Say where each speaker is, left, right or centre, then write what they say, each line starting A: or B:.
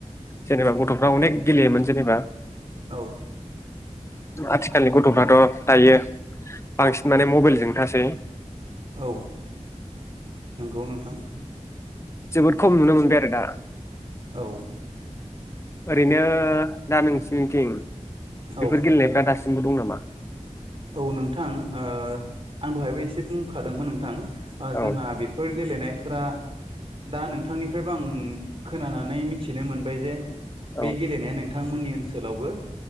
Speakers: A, on the left; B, on the right.
A: जेनेबा गथ'फ्रा अनेक गेलेयोमोन जेनेबा
B: औ
A: आथिखालनि गथ'फ्राथ' दायो बांसिन माने मबाइलजोंनो थासै
B: औ नोंगौ नोंथां
A: जोबोद खम नुनो मोनबाय आरो दा
B: औ
A: ओरैनो दा नोंसिनिथिं बेफोर
B: औ
A: गेलेनायफ्रा दास सिमबो दं नामा
B: औ नोंथां ओ आं दहायबो एसे बुंखादोंमोन नोंथां ओ
A: औ
B: जोंहा बेफोर गेलेनायफोरा दा नोंथांनिफ्रायबो आं खोनानानै मिथिनो मोनबाय जे बे
A: औ
B: गेलेनाया नोंथांमोननि ओनसोलावबो